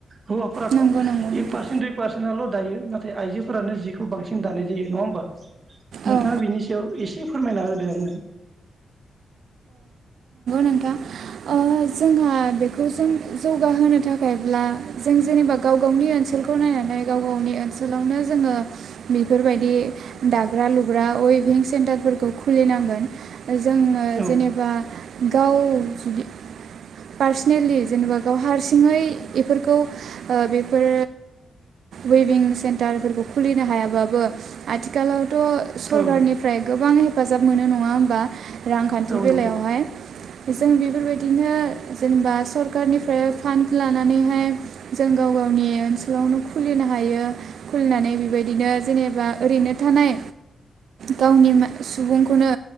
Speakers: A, on the right (about 40°); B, on the right (about 80°).
A: हौवाफोराथ'
B: नंगौ नंगौ नोंथां
A: एक पारसेन्ट दुइ पारसेन्ट ल' दायो नाथाय आइजोफोरानो जिखौ बांसिन दानाय जायो नङा होमबा नोंथाङा
B: औ
A: बिनि सायाव एसे एसे फोरमायना होदो आंनो
B: था ओ जोंहा बेखौ जों जौगाहोनो थाखायब्ला जों जेनेबा गाव गावनि ओनसोलखौ नायनानै गाव गावनि ओनसोलावनो जोङो बेफोरबायदि दाग्रा लुग्रा अय थ्रेनिं सेन्टारफोरखौ खुलिनांगोन जोङो
A: औ
B: जेनेबा गाव जुदि पार्सनेलि जेनेबा गाव हारसिङै बेफोरखौ बेफोर वेभिं सेन्टारफोरखौ खुलिनो हायाबाबो आथिखालाव थ' सरखारनिफ्राय
A: औ
B: गोबां हेप हेफाजाब मोनो नङा होमबा रांखान्थि
A: औ
B: बेलायावहाय
A: नंगौ
B: जों बेफोरबायदिनो जेनेबा सरखारारनिफ्राय फान्ड लानानैहाय जों गाव गावनि ओनसोलावनो खुलिनो हायो खुलिनानै बेबायदिनो जेनेबा ओरैनो थानाय गावनि सुबुंखौनो